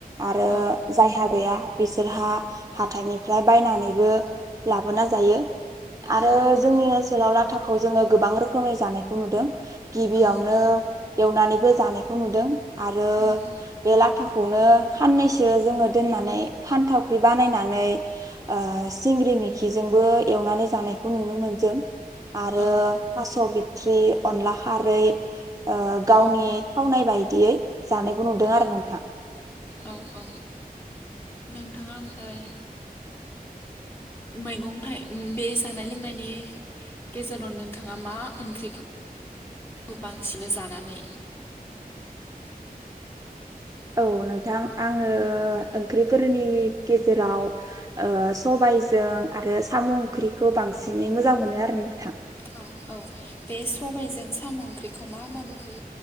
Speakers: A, on the right; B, on the left.
A: आरो
B: औ
A: जायहा गैया बिसोरहा हाथाइनिफ्राय बायनानैबो लाबोना जायो। आरो
B: औ औ
A: जोंनि ओ लाव लाथाखौ जोंङो गोबां रोखोमै जानायखौ नुदों। गिबियावनो
B: औ
A: एवनानै बो जानायखौ नुदों। आरो
B: उम
A: बे ला थाखौनो खाननैसो जोंङो दोननानै खानथावख्रि बानायनानै ओ सिंग्रि मैखिजोंबो एवनानै जानायखौ नुनो मोनदों। आरो
B: औ
A: थास बि थ्रि अनला खारै ओ गावनिखौ
B: औ
A: नायबाय देयै जानायखौ नुदों
B: औ
A: आरो नोंथां
B: औ औ नोंथाङा ओमफाय मैगं थाइ बे जानाय लोंनायनि गेजेराव नोंथाङा मा ओंख्रिखौ बांसिनो जानानै
A: औ नोंथां। आङो ओंख्रिफोरनि गेजेराव ओ सबाइज जों आरो साम ओंख्रिखौ बांसिनै मोजां मोनो आरो नोंथां।
B: औ औ बे सबायजों साम' ओंख्रिखौ मााबादिहै